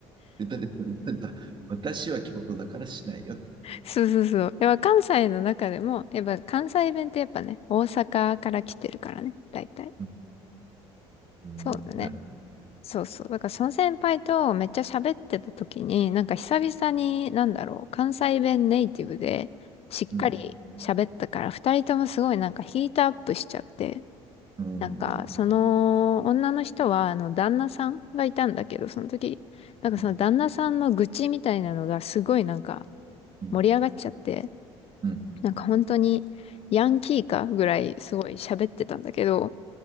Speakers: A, on the right; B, on the left.
A: 出た出た出た出た。私は京都だからしないよ。
B: そうそうそう。やっぱ関西の中でも、やっぱ関西弁ってやっぱね、大阪から来てるからね、大体。
A: うん。うんなる
B: そうだね。そうそう。だからその先輩とめっちゃ喋ってた時に、なんか久々に、なんだろう、関西弁ネイティブでしっかり喋ったから、
A: ほど。うん。
B: 二人ともすごいなんかヒートアップしちゃって、
A: うん。
B: なんかその女の人は、あの、旦那さんがいたんだけど、その時、なんかその旦那さんの愚痴みたいなのがすごいなんか
A: うん。うん。
B: 盛り上がっちゃって、
A: うん
B: なんか本当にヤンキーかぐらいすごい喋ってたんだけど、